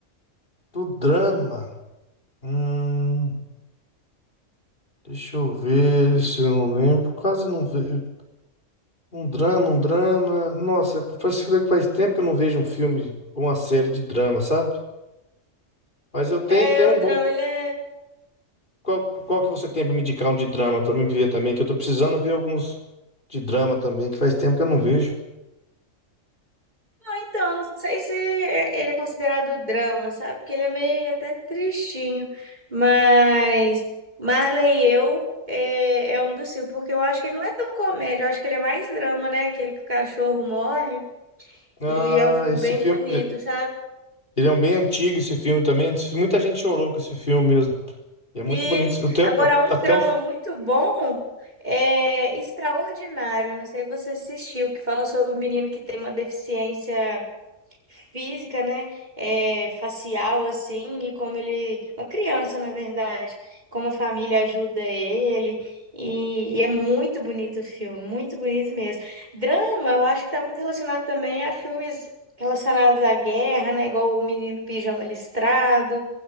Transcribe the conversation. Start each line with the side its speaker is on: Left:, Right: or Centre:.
Left: Do drama. Hum, deixa eu ver se eu não lembro. Quase não vejo. Um drama, um drama. Nossa, faz, faz tempo que eu não vejo um filme ou uma série de drama, sabe? Mas eu tenho,
Right: É,
Left: tenho
Right: o
Left: um
Right: drama,
Left: bom
Right: ele é
Left: Qual, qual que você tem pra me indicar um de drama pra mim ver também? Que eu tô precisando ver alguns de drama também, que faz tempo que eu não vejo.
Right: Então, não sei se ele é considerado drama, sabe? Porque ele é meio até tristinho. Mas Marley e Eu é, é um dos filmes, porque eu acho que ele não é tão comédia, eu acho que ele é mais drama, né? Aquele que o cachorro morre.
Left: Ah,
Right: E é um filme
Left: esse
Right: bem
Left: filme.
Right: bonito,
Left: eh,
Right: sabe?
Left: Ele é um bem antigo, esse filme também. Esse- filme- Muita gente chorou com esse filme mesmo. E é muito
Right: E
Left: bonito. Até,
Right: agora, um
Left: até
Right: drama
Left: os-
Right: muito bom é Extraordinário. Não sei se você assistiu, que fala sobre um menino que tem uma deficiência. física, né, é, facial, assim, e como ele, uma criança, na verdade, como a família ajuda ele, e, e é muito bonito o filme, muito bonito mesmo. Drama, eu acho que está muito relacionado também a filmes relacionados à guerra, né, igual O Menino Pijama Listrado,